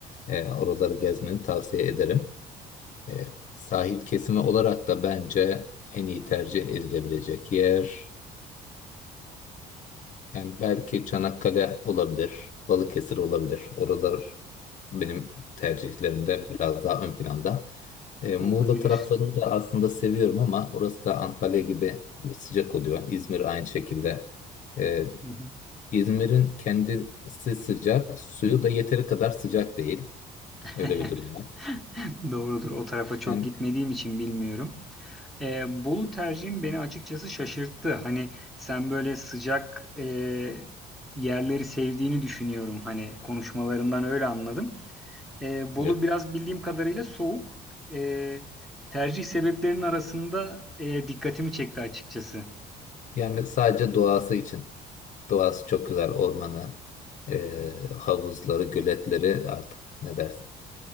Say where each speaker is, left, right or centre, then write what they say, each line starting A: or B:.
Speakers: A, on the left; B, in the centre.
A: Eee, oraları gezmeni tavsiye ederim. E, sahil kesimi olarak da bence en iyi tercih edilebilecek yer. Yani belki Çanakkale olabilir, Balıkesir olabilir. Oralar benim tercihlerimde biraz daha ön planda. E, Muğla
B: olabilir.
A: taraflarını da aslında seviyorum ama orası da Antalya gibi sıcak oluyor. İzmir aynı şekilde. E,
B: Hı hı.
A: İzmir'in kendisi sıcak, suyu da yeteri kadar sıcak değil.
B: <laughs>
A: Öyle bir durum var.
B: Doğrudur. O tarafa çok
A: Yani
B: gitmediğim için bilmiyorum. E, Bolu tercihim beni açıkçası şaşırttı. Hani sen böyle sıcak e, yerleri sevdiğini düşünüyorum. Hani konuşmalarından öyle anladım. E, Bolu
A: evet.
B: biraz bildiğim kadarıyla soğuk. E, tercih sebeplerinin arasında e, dikkatimi çekti açıkçası.
A: Yani sadece doğası için. Doğası çok güzel. Ormanı, e, havuzları, göletleri artık ne dersen